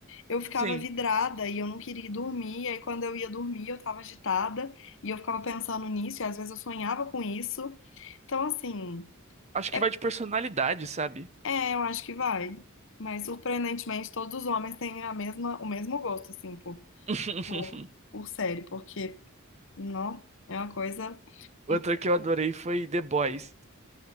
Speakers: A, on the left; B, on the right.
A: Eu ficava
B: Sim,
A: vidrada e eu não queria ir dormir. E aí, quando eu ia dormir, eu tava agitada e eu ficava pensando nisso. E às vezes eu sonhava com isso. Então, assim,
B: acho que
A: é,
B: vai de personalidade, sabe?
A: é, eu acho que vai. Mas surpreendentemente, todos os homens têm a mesma, o mesmo gosto, assim, por,
B: <laughs>
A: por, por série, porque não é uma coisa.
B: Outra
A: e-
B: que eu adorei foi The Boys.